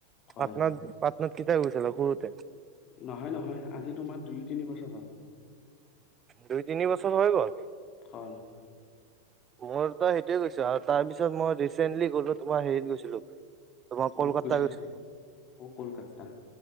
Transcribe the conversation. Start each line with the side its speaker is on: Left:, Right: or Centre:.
Left: হয়
Right: পাটনাত
Left: হয়
Right: পাটনাত কেতিয়া গৈছিলা সৰুতে?
Left: নহয় নহয় আজি তোমাৰ দুই তিনি বছৰ হ'ল
Right: দুই তিনি বছৰ হৈ গ'ল?
Left: অ
Right: মইতো সেইটোৱে গৈছো আৰু তাৰপিছত মই ৰিচেন্টলি গলো তোমাৰ হেৰিত গৈছিলো তোমাৰ
Left: কত
Right: কলকাতা
Left: গৈছিলা
Right: গৈছিলো
Left: অ কলকাতা